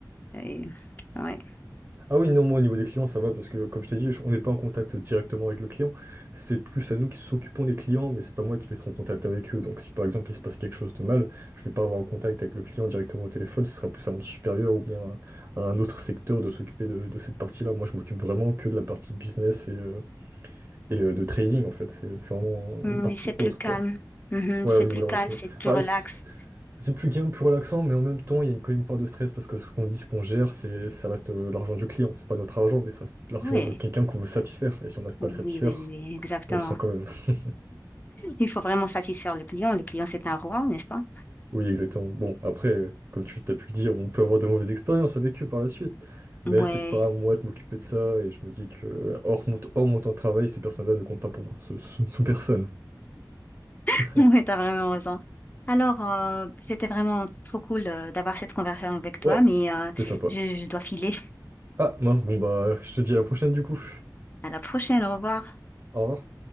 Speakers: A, on the left (about 25°); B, on the right (about 35°).
A: Et, ouais.
B: Ah oui, non, moi au niveau des clients, ça va parce que comme je t'ai dit, je- on n'est pas en contact directement avec le client. C'est plus à nous qui s'occupons des clients, mais c'est pas moi qui vais être en contact avec eux. Donc si par exemple il se passe quelque chose de mal, je vais pas avoir en contact avec le client directement au téléphone, ce sera plus à mon supérieur ou bien à, à un autre secteur de s'occuper de, de cette partie-là. Moi je m'occupe vraiment que de la partie business et, euh, et, euh, de trading en fait. C'est c'est vraiment
A: Mm,
B: une partie
A: c'est plus
B: autre
A: calme.
B: quoi.
A: Mhm,
B: Ouais,
A: c'est
B: au niveau
A: plus
B: de la
A: calme,
B: relation.
A: c'est plus
B: Bah,
A: relax.
B: c'est- c'est plus gain, plus relaxant, mais en même temps, il y a quand même une part de stress parce que ce qu'on dit, ce qu'on gère, c'est, ça reste euh, l'argent du client. C'est pas notre argent, mais ça reste l'argent
A: Oui,
B: de quelqu'un qu'on veut satisfaire. Et si on n'arrive pas
A: oui,
B: à le satisfaire,
A: oui, oui, oui, exactement.
B: on le sent quand même. <laughs>
A: Il faut vraiment satisfaire le client. Le client, c'est un roi, n'est-ce pas?
B: Oui, exactement. Bon, après, euh, comme tu t'as pu le dire, on peut avoir de mauvaises expériences avec eux par la suite. Mais
A: Ouais,
B: c'est pas à moi de m'occuper de ça. Et je me dis que, euh, hors mon, hors mon temps de travail, ces personnes-là ne comptent pas pour moi. Ce, ce sont personne.
A: <laughs>
B: <laughs>
A: ouais, t'as vraiment raison. Alors, euh, c'était vraiment trop cool euh, d'avoir cette conversation avec toi,
B: Ouais,
A: mais euh,
B: c'était sympa.
A: je je dois filer.
B: Ah, mince, bon, bah, je te dis à la prochaine du coup.
A: À la prochaine, au revoir.
B: Au revoir.